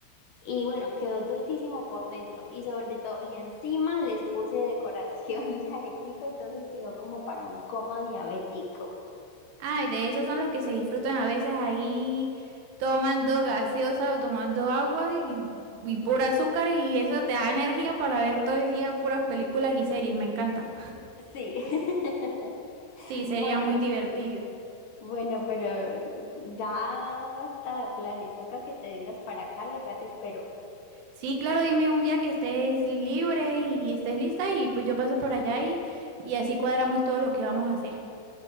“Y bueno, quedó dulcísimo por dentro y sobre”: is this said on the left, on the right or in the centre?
Left